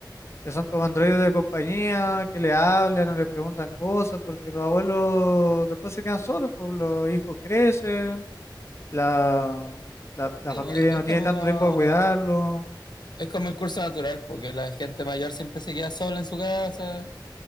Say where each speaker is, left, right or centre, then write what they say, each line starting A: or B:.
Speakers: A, on the left; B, on the left.
A: que son como androides de compañía, que le hablan o le preguntan cosas, porque los abuelos después se quedan solos, pues los hijos crecen, la, la, la
B: Sí,
A: familia
B: pues,
A: ya
B: es
A: no
B: como,
A: tiene tanto tiempo para cuidarlo.
B: es como el curso natural, porque la gente mayor siempre se queda sola en su casa